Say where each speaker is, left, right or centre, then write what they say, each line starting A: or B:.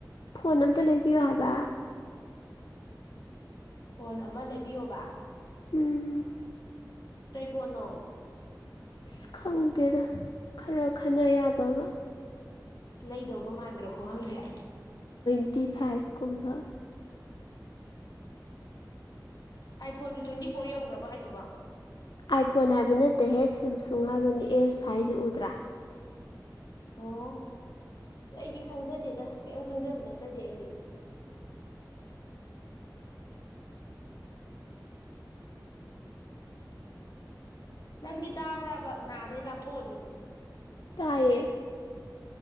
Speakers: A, on the left; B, on the left.
A: ꯐꯣꯟ ꯑꯝꯇ ꯂꯩꯕꯤꯌꯣ ꯍꯥꯏꯕ
B: ꯐꯣꯟ ꯑꯃ ꯂꯩꯕꯤꯌꯣꯕ
A: ꯎꯝ
B: ꯇꯩ ꯄꯅꯣ
A: ꯑꯁ ꯈꯪꯗꯦꯗ ꯈꯔ ꯈꯟꯅ ꯌꯥꯕ ꯑꯃ
B: ꯂꯩꯗꯧꯒ ꯃꯥꯟꯗ꯭ꯔꯣ ꯈꯨꯍꯪꯁꯦ
A: ꯐꯤꯇꯤ ꯐꯥꯏꯚ ꯀꯨꯝꯕ
B: ꯑꯥꯏ ꯐꯣꯟꯁꯨ ꯇ꯭ꯋꯦꯟꯇꯤ ꯐꯣꯔ ꯌꯧꯈ꯭ꯔꯕ ꯍꯥꯏꯁꯤꯕꯣ
A: ꯑꯥꯏꯐꯣꯟ ꯍꯥꯏꯕ ꯅꯠꯇꯦꯍꯦ ꯁꯦꯝꯁꯨꯡ ꯍꯥꯏꯕꯅꯤ ꯑꯦꯁ ꯍꯥꯢꯁꯤ ꯎꯗ꯭ꯔꯥ
B: ꯑꯣ ꯑꯩꯗꯤ ꯈꯪꯖꯗꯦꯗ ꯀꯩꯝ ꯈꯪꯖꯕ ꯅꯠꯆꯗꯦ ꯑꯩꯗꯤ ꯅꯪꯗꯤ ꯇꯥꯕ꯭ꯔꯕ ꯅꯥꯗꯩ ꯂꯥꯞꯊꯣꯛꯑꯁꯨ
A: ꯇꯌꯦ